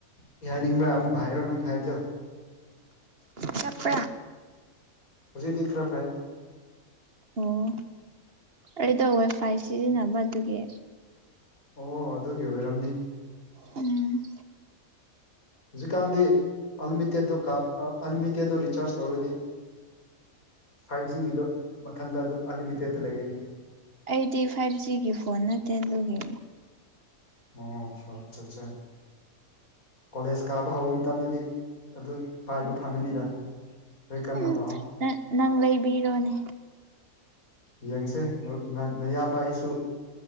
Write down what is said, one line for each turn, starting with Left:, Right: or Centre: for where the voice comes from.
Left: ꯀꯩ ꯍꯥꯏꯅꯤꯡꯕ꯭ꯔꯥ ꯑꯃꯨꯛꯀ ꯍꯥꯏꯔꯣ ꯅꯪ ꯍꯥꯏꯕꯗꯣ
Right: ꯆꯞꯄꯦ
Left: ꯍꯧꯖꯤꯛꯇꯤ ꯈꯔ ꯐꯩ
Right: ꯑꯣ ꯑꯩꯗꯣ ꯋꯥꯏꯐꯥꯏ ꯁꯤꯖꯤꯟꯅꯕ ꯑꯗꯨꯒꯤ
Left: ꯑꯣ ꯑꯗꯨꯒꯤ ꯑꯣꯏꯔꯝꯅꯤ
Right: ꯎꯝ
Left: ꯍꯧꯖꯤꯛꯀꯥꯟꯗꯤ ꯑꯜꯂꯤꯃꯤꯇꯦꯠꯇꯣ ꯀꯥꯞ ꯑꯜꯂꯤꯃꯤꯇꯦꯠꯇꯣ ꯔꯤꯆꯥꯔꯖ ꯇꯧꯔꯗꯤ ꯐꯥꯏꯚ ꯖꯤꯒꯤꯗꯣ ꯃꯊꯟꯇ ꯑꯗꯨꯝ ꯑꯟꯂꯤꯃꯤꯇꯦꯗꯇ ꯂꯩꯔꯅꯤ
Right: ꯑꯩꯗꯤ ꯐꯥꯏꯚ ꯖꯤꯒꯤ ꯐꯣꯟ ꯅꯠꯇꯦ ꯑꯗꯨꯒꯤ
Left: ꯑꯣ ꯑꯠꯆꯥ ꯑꯠꯆꯥ ꯀꯣꯂꯦꯖ ꯀꯥꯕ ꯍꯧꯕ ꯃꯇꯝꯗꯗꯤ ꯑꯗꯨ ꯄꯥꯏꯕ ꯐꯪꯉꯅꯤꯗ ꯂꯥꯢꯔꯤꯛ ꯀꯟꯅ
Right: ꯎꯝ
Left: ꯄꯥꯎ
Right: ꯅꯪ ꯂꯩꯕꯤꯔꯣꯅꯦ
Left: ꯌꯦꯡꯁꯦ ꯅꯌꯥꯝꯕ ꯑꯩꯁꯨ